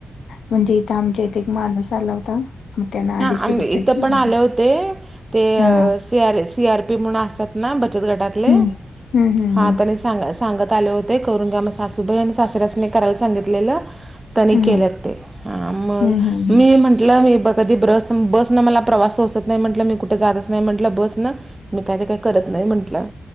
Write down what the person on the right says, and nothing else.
हा आम्ही
इथं पण
आले होते ते
C R C R P म्हणून असतात. ना बचत गटातले
हा सांगत आले होते करून घ सासूबाई आणि सासुरासने करायला सांगितलेलं त्यांनी
केल्यात ते मग
मी म्हंटलं मी बघ कधी बस बसन मला प्रवास सोसत नाही म्हटलं मी कुठे जातच नाही म्हटलं बस न मी काही ते काही करत नाही म्हंटलं